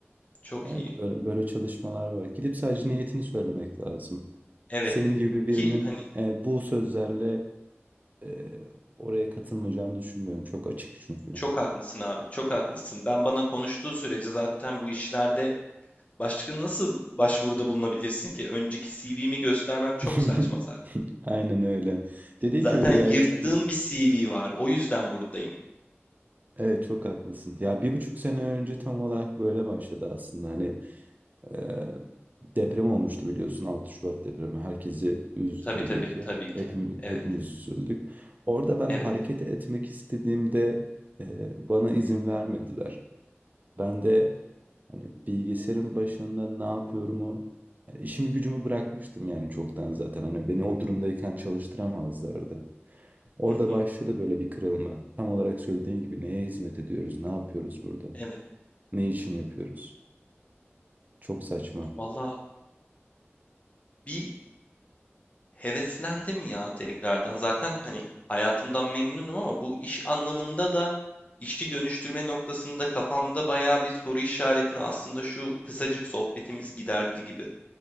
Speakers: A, on the left; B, on the right.
A: çok
B: Evet
A: iyi.
B: böyle, böyle çalışmalar var. Gidip sadece niyetini söylemek lazım.
A: Evet.
B: Senin gibi birinin
A: Ki hani
B: e, bu sözlerle Eee, oraya katılmayacağını düşünmüyorum. Çok açık çünkü.
A: Çok haklısın abi, çok haklısın. Ben bana konuştuğu sürece zaten bu işlerde başka nasıl başvuruda bulunabilirsin ki? Önceki CV'mi göstermem çok
B: <laughs>
A: saçma zaten.
B: Aynen öyle. Dediğin
A: Zaten
B: gibi bir
A: yırttığım
B: yerde <laughs>
A: bir CV var. O yüzden buradayım.
B: evet çok haklısın. Ya bir buçuk sene önce tam olarak böyle başladı aslında. Hani eee, deprem olmuştu biliyorsun 6 Şubat depremi. Herkesi üzdü
A: Tabii
B: tabii
A: tabii,
B: ki.
A: tabii ki.
B: Hepim,
A: Evet,
B: hepimiz üzüldük. Orada ben
A: evet.
B: hareket etmek istediğimde eee, bana izin vermediler. Ben de hani bilgisayarın başında ne yapıyorumu, yani işimi gücümü bırakmıştım yani çoktan zaten. Hani beni o durumdayken çalıştıramazlardı. Orada
A: Hı hı,
B: başladı böyle bir kırılma. Tam olarak söylediğin gibi neye hizmet ediyoruz, ne yapıyoruz burada,
A: evet.
B: ne için yapıyoruz? Çok saçma.
A: Valla bir heveslendim ya tekrardan. Zaten hani hayatımdan memnunum ama bu iş anlamında da işi dönüştürme noktasında kafamda bayağı bir soru işaretini aslında şu kısacık sohbetimiz giderdi gibi.